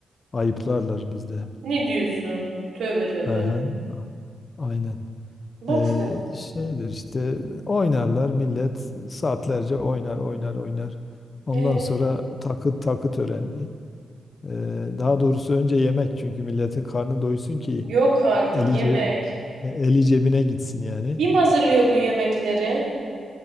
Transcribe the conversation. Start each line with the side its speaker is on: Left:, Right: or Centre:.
Left: ayıplarlar bizde.
Right: Ne diyorsun? Tövbe tövbe.
Left: Aha, aynen.
Right: Bak
Left: Ee,
Right: sen.
Left: şeydir işte oynarlar millet saatlerce oynar oynar oynar. Ondan
Right: E,
Left: sonra takı takı töreni. Ee, daha doğrusu önce yemek çünkü milletin karnı doysun ki
Right: yok artık
Left: Eli,
Right: yemek.
Left: ce- e, eli cebine gitsin yani.
Right: Kim hazırlıyor bu yemekleri?